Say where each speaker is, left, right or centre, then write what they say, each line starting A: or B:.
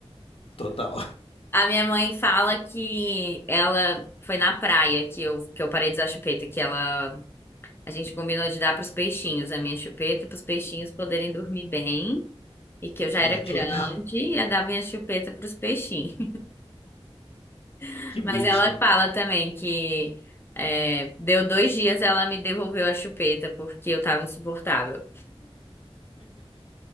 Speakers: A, on the left; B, on the left.
A: Total.
B: A minha mãe fala que ela foi na praia que eu, que eu parei de usar chupeta, que ela a gente combinou de dar pros peixinhos a minha chupeta para os peixinhos poderem dormir bem e que eu já
A: <laughs>
B: era
A: ah,
B: grande
A: que legal.
B: e ia dar minha chupeta pros peixinhos. <laughs>
A: Que bonitinho.
B: Mas ela fala também que é, deu dois dias ela me devolveu a chupeta porque eu tava insuportável.